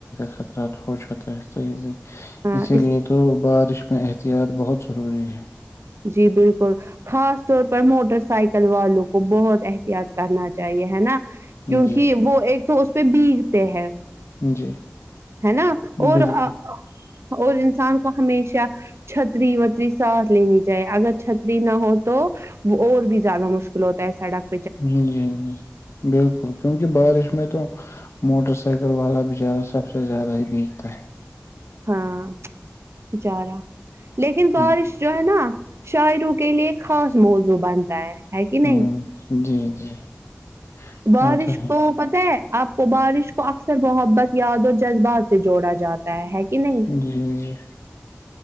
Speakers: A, on the left; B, on the right.
A: ہ سے <unintelligible>
B: ہاں
A: اسی
B: اس
A: لیے تو بارش اس میں احتیاط بہت ضروری ہے
B: جی بالکل خاص طور پر موٹر سائیکل والوں کو بہت احتیاط کرنا چاہیے ہے نا کیونکہ
A: جی
B: وہ ایک تو پہ بیگتے ہیں
A: جی
B: ہے نا اور
A: بالکل
B: اور انسان کو ہمیشہ چھتری وتری ساتھ لینی اگر چھتری نہ ہو تو اور بھی زیادہ مشکل ہوتا ہے ایسا ڈ
A: جی ج بالکل کیونکہ بارش میں تو موٹر سائیکل والا بچارہ سب سے زیادہ ہی بیگتا ہے
B: ہاں جارا لیکن بارش
A: ہوں
B: جو ہے نا شاعروں کے لیے خاص موضوع بنتا ہے ہے کہ
A: ہوں،
B: نہیں
A: <inaudible>
B: بارش
A: وہ تو ہے
B: کو پتہ ہے آپ کو بارش کو اکثر محبت یاد اور جذبات سے جوڑا جاتا ہے کہ نہیں
A: جی جی